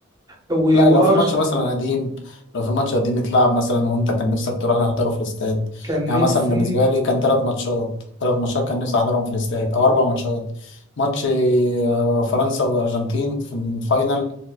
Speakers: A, on the right; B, on the left.
A: و-
B: لا
A: وارسنال
B: لو في ماتش مثلا قديم لو في ماتش قديم اتلعب مثلا وانت كان نفسك تروح تحضره في الاستاد
A: كان
B: يعني
A: نفسي
B: مثلا بالنسبه لي كان ثلاث ماتشات ثلاث ماتشات كان نفسي احضرهم في الاستاد او اربع ماتشات ماتش آه، فرنسا والارجنتين في الفاينل